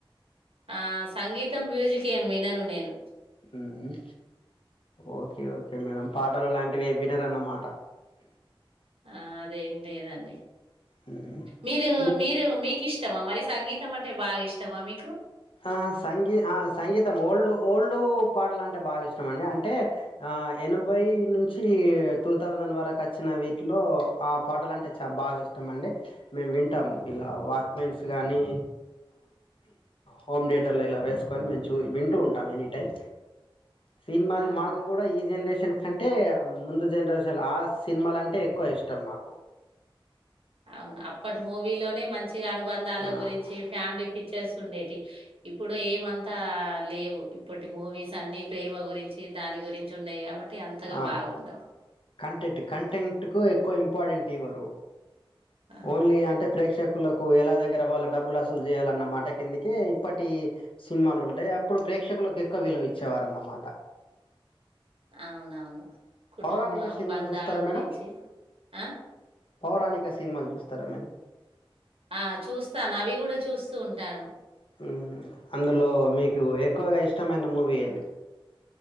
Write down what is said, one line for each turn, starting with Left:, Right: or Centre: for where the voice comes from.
Right: ఆ సంగీతం మ్యూజిక్ ఏం వినను నేను
Left: ఉ ఓకే ఓకే మేడం పాటలు లాంటివి వినరన్నమాట
Right: ఆ అదేం లేదండి
Left: హ్మ్.
Right: మీరు
Left: ఇం
Right: మీరు మీకు ఇష్ట ఇష్టమా మరి సంగీతం అంటే బాగా ఇష్టమా మీకు
Left: ఆ సంగీ ఆ సంగీతమ్ ఓల్డు ఓల్డు పాటలంటే బాగా ఇష్టం అండి అంటే ఎనభై నుంచి టూ థౌజండ్ వరకు వచ్చిన వీటిలో ఆ పాటలు అంటే చాలా బాగా ఇష్టం అండి మేము వింటాం ఇలా వాక్మెన్స్ కానీ హోమ్ థియేటర్లో ఇలా వేసుకొని మేము చూ వింటూ ఉంటాం ఎనీ టైమ్ సినిమాలు
Right: ఆ!
Left: మాకు కూడా ఈ జనరే షన్ కంటే ముందు జనరేషన్ ఆ సినిమాల అంటే ఎక్కువ ఇష్టం మాకు
Right: అవును అప్పటి మూవీలోనే మంచిగా అనుబంధాల
Left: ఆ
Right: గురించి ఫ్యామిలీ పిక్చర్స్ ఉండేటి ఇప్పుడు ఏమంతా లేవు ఇప్పటి మూవీస్ అన్ని ప్రేమ గురించి దాని గురించి ఉన్నాయి కాబట్టి అంతగా
Left: ఆ
Right: బాగుండవు.
Left: కంటెంట్ కంటెంట్ కంటెంట్ కు ఎక్కువ ఇంపార్టెంట్ ఇవ్వరు
Right: ఆ!
Left: ఓన్లీ అంటే ప్రేక్షకులకు ఎ వాళ్ళ డబ్బులు వసూలు చేయాలన్న మాట కిందికే ఇప్పటి సినిమాలు ఉంటాయి అప్పుడు ప్రేక్షకులకు ఎక్కువ విలువ ఇచ్చేవారు అన్నమాట
Right: అవునవును కుటుంబం
Left: పౌరాణిక సినిమాలు
Right: బంధాల
Left: చూస్తారా
Right: గురించి
Left: మేడం
Right: ఆ
Left: పౌరాణిక సినిమాలు చూస్తారా మేడం
Right: ఆ చూస్తాను అవి కూడా చూస్తూ ఉంటాను
Left: ఊ అందులో మీకు ఎక్కువగా ఇష్టమైన మూవీ ఏది